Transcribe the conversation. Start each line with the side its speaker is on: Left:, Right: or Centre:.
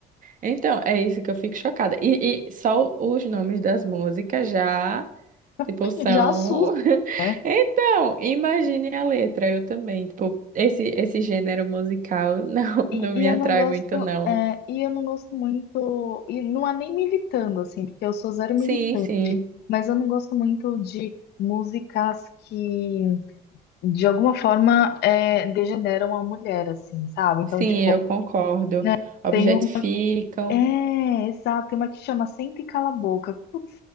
Right: Então, é isso que eu fico chocada. E, e só os nomes das músicas já, tipo,
Left: <laughs>
Right: são.
Left: Já assusta.
Right: <laughs>
Left: né?
Right: Então, imagine a letra, eu também. Tipo, esse, esse gênero musical <laughs> não,
Left: E,
Right: não me
Left: e eu
Right: atrai
Left: não gosto,
Right: muito, não.
Left: é, e eu não gosto muito, e não é nem militando, assim, porque eu sou zero militante,
Right: Sim, sim.
Left: mas eu não gosto muito de músicas que, de alguma forma, é, degeneram a mulher, assim, sabe? Então,
Right: Sim,
Left: tipo,
Right: eu concordo.
Left: né,
Right: Objetificam.
Left: tem um. É, exato, tem uma que chama Senta e Cala a Boca. Putz,